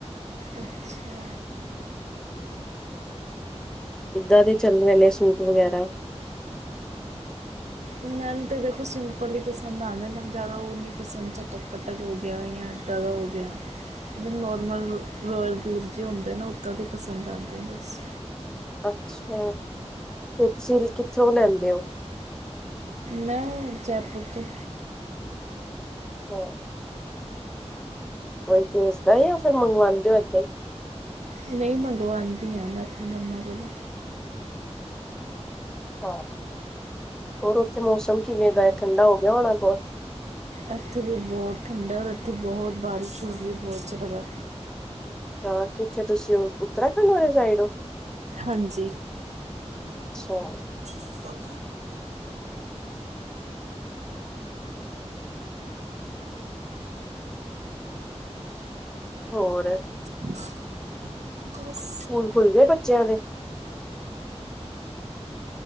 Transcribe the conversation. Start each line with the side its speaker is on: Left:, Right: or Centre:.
Right: ਅੱਛਾ।
Centre: ਕਿੱਦਾਂ ਦੇ ਚੱਲ ਰਹੇ ਨੇ, ਸੂਟ ਵਗੈਰਾ?
Right: ਮੈਂਨੂੰ ਤੇ, ਦੇਖੋ ਸਿੰਪਲ ਹੀ ਪਸੰਦ ਆਉੰਦੇ, ਮੈਨੂੰ ਜ਼ਿਆਦਾ ਉਹ ਨਹੀਂ ਪਸੰਦ, ਚੱਟਕ- ਪੱਟਕ ਹੋ ਗਿਆ ਜਾਂ ਜਿਆਦਾ ਹੋ ਗਿਆ। ਜੋ ਨਾਰਮਲ ਰੋਇਲ ਲੁਕ ਜੇ ਹੁੰਦੇ ਨਾ, ਉੱਦਾਂ ਦੇ ਪਸੰਦ ਆਉਂਦੇ ਬਸ।
Centre: ਅੱਛਾ, ਫਿਰ ਤੁਸੀਂ ਕਿੱਥੋਂ ਲੈਂਦੇ ਹੋ?
Right: ਮੈਂ, ਜੈਪੁਰ ਤੋਂ।
Centre: <unintelligible> ਕੋਈ ਭੇਜਦਾ, ਯਾ ਫਿਰ, ਮੰਗਵਾਉਂਦੇ ਹੋ ਏਦਾਂ ਹੀ?
Right: ਨਹੀਂ ਮੰਗਵਾਦੀ ਹਾਂ, ਮੈਂ ਆਪਣੀ ਮੰਮਾ ਕੋਲੋਂ
Centre: ਹਾਂ, ਹੋਰ ਉੱਥੇ ਮੌਸਮ ਕਿਵੇਂ ਦਾ ਹੈ? ਠੰਡਾ ਹੋ ਗਿਆ ਹੋਣਾ ਬਹੁਤ
Right: ਇੱਥੇ ਵੀ ਬਹੂਤ ਠੰਡਾ, ਔਰ, ਇੱਥੇ ਬਹੁਤ ਬਾਰਿਸ਼ ਹੋ ਰਹੀ ਹੈ, ਬਹਤ ਜ਼ਿਆਦਾ
Centre: ਤਾਂ ਕਿੱਥਿਆ ਤੁਸੀਂ ਉੱਤਰਾਖੰਡ ਵਾਲੇ ਸਾਈਡ ਹੋ?
Right: ਹਾਂਜੀ।
Centre: ਅੱਛਾ।
Right: <unintelligible>
Centre: ਹੋਰ।
Right: <inaudible> ਬਸ
Centre: ਸਕੂਲ ਖੁੱਲ ਗਏ ਬੱਚਿਆਂ ਦੇ,